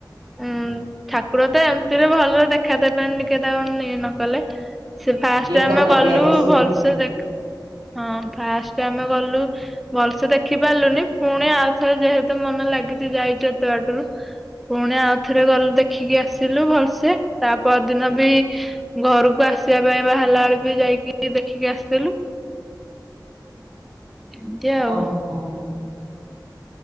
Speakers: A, in the centre; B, on the right.
A: ଉଁ ଠାକୁର ତ ଏମିତିରେ ଭଲ ଦେଖା ଦେବେନି, ଟିକେ ତାକୁ, ଇଏ ନ କଲେ। ସେ ଫାଷ୍ଟ
B: ଟିକେ
A: ଆମେ
B: କପଟିଆ
A: ଗଲୁ
B: ତ ସିଏ
A: ଭଲସେ
B: ଆଉ।
A: ଦେଖ, ହଁ ଫାଷ୍ଟ ଆମେ ଗଲୁ ଭଲଷେ ଦେଖି ପାରିଲୁନି। ଫୁଣି ଆଉଥରେ ଯେହେତୁ ମନ ଲାଗିଛି ଯାଇଛୁ ଏତେ ବାଟରୁ। ଫୁଣି ଆଉଥରେ ଗଲୁ ଦେଖିକି ଆସିଲୁ ଭଲସେ। ତା ପରଦିନ ବି ଘରକୁ ଆ ଆସିବା, ପାଇଁ ବାହାରିଲା ବେଳୁ ବି ଯାଇକି ଦେଖିକି ଆସିଥିଲୁ। ଏମିତି ଆଉ।
B: ଓ ହୋ।